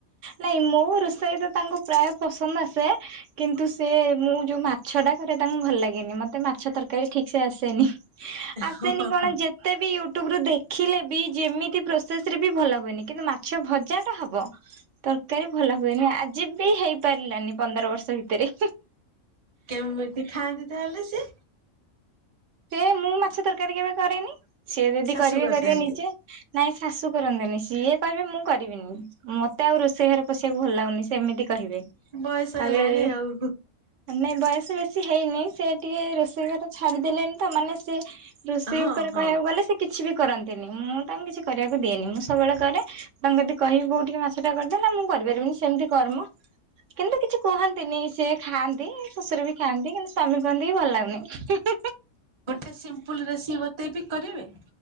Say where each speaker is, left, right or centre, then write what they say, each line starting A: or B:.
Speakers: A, on the right; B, on the right.
A: ନାଇଁ ମୋ ରୋଷେଇ ତ ତାଙ୍କୁ ପ୍ରାୟ ପସନ୍ଦ ଆସେ। କିନ୍ତୁ ସେ ମୁଁ ଯୋଉ ମାଛ ଟା କରେ ତାଙ୍କୁ ଭଲ ଲାଗେନି ମତେ ମାଛ ତରକାରୀ ଠିକ୍ ସେ ଆସେନି। ଆସେନି
B: ହଁ ହଁ
A: କଣ
B: ହଁ
A: ଯେତେ ବି ୟୁଟ୍ୟୁବ ରୁ ଦେଖିଲେ ବି ଯେମିତି ପ୍ରୋସ ସେସେରେ ବି ଭଲ ହୁଏନି କିନ୍ତୁ ମାଛ ଭଜାଟା ହବ। ତରକାରୀ ଭଲ ହୁଏନି ଆଜି ବି ହେଇ ପାରିଲାନି ପନ୍ଦର ବର୍ଷ ଭିତେରେ।
B: କେମିତି ଖାଆନ୍ତି ତାହେଲେ ସେ
A: ସେ ମୁଁ ମାଛ ତରକାରୀ କେବେ କରେନି ସେ ଯଦି
B: ଶାଶୁ
A: କରିବେ
B: କରିଦିଅନ୍ତି
A: କରିବେ ନିଜେ ନାଇଁ ଶାଶୁ କରନ୍ତନି ସିଏ କହିବେ ମୁଁ କରିବିନି। ମତେ ଆଉ ରୋଷେଇ ଘରେ ପଶିବାକୁ ଭଲ ଲାଗୁନି ସେମିତି କହିବେ।
B: ବୟସ
A: କହିବେ
B: ହେଲାଣି ଆଉ।
A: ନାଇଁ ବୟସ ବେଶୀ ହେଇନି ସେ ଟିକେ ରୋଷେଇ ଘର ଛାଡିଦେଲେଣି ତ ମାନେ ସେ ରୋଷେଇ
B: ହଁ
A: ଉପରେ
B: ହଁ।
A: କହିବାକୁ ଗଲେ ସେ କିଛି ବି କରନ୍ତିନି ମୁଁ ତାଙ୍କୁ କିଛି କରିବାକୁ ଦିଏନି ମୁଁ ସବୁବେଳେ କରେ। ତାଙ୍କୁ ଯଦି କହିବି ବୋଉ ଟିକେ ମାଛଟା କରିଦେ ନା ମୁଁ କରିପାରିବିନି ସେମିତି କର ମ। କିନ୍ତୁ କିଛି କୁହନ୍ତିନି ସେ ଖାଆନ୍ତି ଶ୍ୱଶୁର ବି ଖାଆନ୍ତି କିନ୍ତୁ ସ୍ଵାମୀ କୁହନ୍ତି କି ଭଲ ଲାଗୁନି।
B: ଗୋଟେ ସିମ୍ପୁଲ ରେସିିଓ ବତେଇବି କରିବେ।